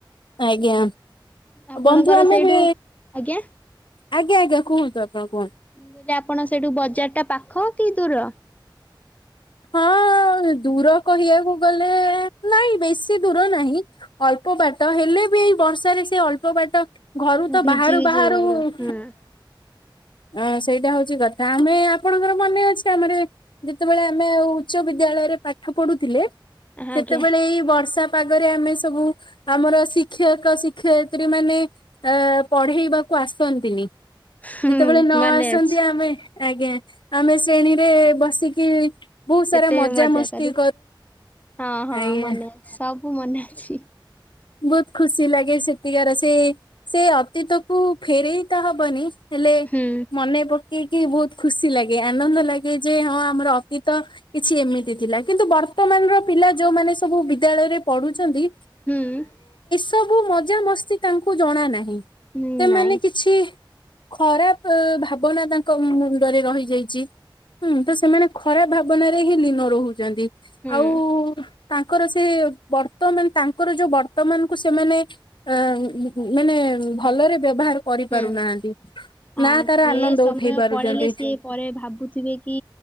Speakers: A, on the left; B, on the left.
A: ଆଜ୍ଞା
B: ଆପଣଙ୍କର
A: ବନ୍ଧୁ ଆମେ
B: ସେଇଠୁ
A: ବି
B: ଆଜ୍ଞା
A: ଆଜ୍ଞା ଆଜ୍ଞା କୁହନ୍ତୁ ଆପଣ କୁହନ୍ତୁ।
B: କହିଲେ ଆପଣ ସେଇଠୁ ବଜାର ଟା ପାଖ କି ଦୂର?
A: ହଁ। ଦୂର କହିବାକୁ ଗଲେ ନାଇଁ ବେଶୀ ଦୂର ନାହିଁ, ଅଳ୍ପ ବାଟ ହେଲେ ଏଇ ବର୍ଷାରେ ସେ ଅଳ୍ପ ବାଟ ଘରୁ ତ
B: ଭିଜିକି
A: ବାହାରୁ ବାହାରୁ
B: ଯିବ ପୁରା।
A: ହଁ
B: ହୁଁ
A: ହଁ, ସେଇଟା ହଉଛି କଥା ଆମେ ଆପଣଙ୍କର ମନେ ଅଛି ଆମର ଯେତେବେଳେ ଆମେ ଆଉ ଉଚ୍ଚ ବିଦ୍ୟା ଦ୍ୟାଳୟରେ ପାଠ ପଢୁଥିଲେ
B: ଆଜ୍ଞା
A: ସେତେବେଳେ ଏଇ ବର୍ଷା ପାଗରେ ଆମେ ସବୁ ଆମର ଶିକ୍ଷକ, ଶିକ୍ଷୟତ୍ରୀ ମାନେ ଅ ପଢେଇବାକୁ ଆସନ୍ତିନି।
B: ହୁଁ
A: ଯେତେବେଳେ ନ
B: ମନେ
A: ଆସନ୍ତି
B: ଅଛି
A: ଆମେ ଆଜ୍ଞା ଆମେ ଶ୍ରେଣୀରେ ବସିକି ବହୁତ
B: କେତେ
A: ସାରା ମଜାମସ୍ତି
B: ମଜା କରୁ ହଁ, ହଁ
A: ଆଜ୍ଞା।
B: ମନେ ଅଛି ସବୁ ମନେ ଅଛି। ପି
A: ବହୁତ ଖୁସି ଲାଗେ ସେତିକାର ସେ ସେ ଅତୀତକୁ ଫେରେଇ ତ ହବନି ହେଲେ
B: ହୁଁ
A: ମନେ ପକେଇକି ବହୁତ ଖୁସି ଲାଗେ ଆନନ୍ଦ ଲାଗେ। ଯେ ହଁ, ଆମର ଅତୀତ କିଛି ଏମିତି ଥିଲା କିନ୍ତୁ ବର୍ତ୍ତମାନର ପିଲା ଯୋଉମାନେ ସବୁ ବିଦ୍ୟାଳୟରେ ପଢୁଛନ୍ତି
B: ହୁଁ।
A: ସବୁ ମଜା ମସ୍ତି ତାଙ୍କୁ ଜଣା ନାହିଁ।
B: ହୁଁ
A: ସେମାନେ
B: ନାଇଁ
A: କିଛି ଖରାପ ଭାବନା ତାଙ୍କ ମୁଣ୍ଡରେ ରହିଯାଇଛି। ହୁଁ ତ ସେମାନେ ଖରାପ ଭାବନାରେ ହିଁ ଲୀନ ରହୁଛନ୍ତି
B: ହୁଁ
A: ଆଉ ତାଙ୍କର ସେ ବର୍ତ୍ତମାନ ତାଙ୍କ ତାଙ୍କର ଯୋଉ ବର୍ତ୍ତମାନ କୁ ସେମାନେ ଅ ମାନେ ଭଲରେ ବ୍ୟବହାର କରିପାରୁନାହାନ୍ତି
B: ହୁଁ। ହଁ
A: ନା, ତାର
B: ଟିକେ
A: ଆନନ୍ଦ
B: ଏଇ ସମୟ
A: ଉଠେଇ ପାରୁଛନ୍ତି।
B: ପଳେଇଲେ ସିଏ ପରେ ଭାବୁଥିବେ କି